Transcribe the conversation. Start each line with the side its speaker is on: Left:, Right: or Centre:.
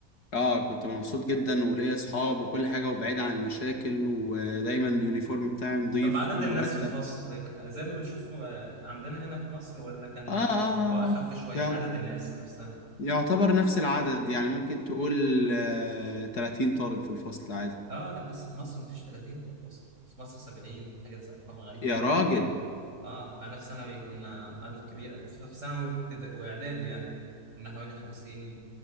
Left: اه كنت مبسوط جدا وليا اصحاب وكل حاجه وبعيد عن المشاكل ودايما اليونيفورم بتاعي نظيف
Right: طب عدد
Left: ومرتب
Right: الناس في الفصل ك- زي ما بنشوف آه، عندنا هنا في مصر ولا كان
Left: اه اه
Right: الموضوع
Left: آه.
Right: اخف
Left: آه.
Right: شويه
Left: يع-
Right: عدد الناس نفسها
Left: يعتبر نفس العدد يعني ممكن تقول آه 30 طالب في الفصل عادي
Right: اه لا بس في مصر مفيش 30 في الفصل في مصر 70 حاجات زي- ارقام غريبه
Left: يا
Right: كده
Left: راجل
Right: اه انا في ثانوي كنا عدد كبير أوي. في في ثانوي وابتدا- واعدادي يعني كنا حوالي 50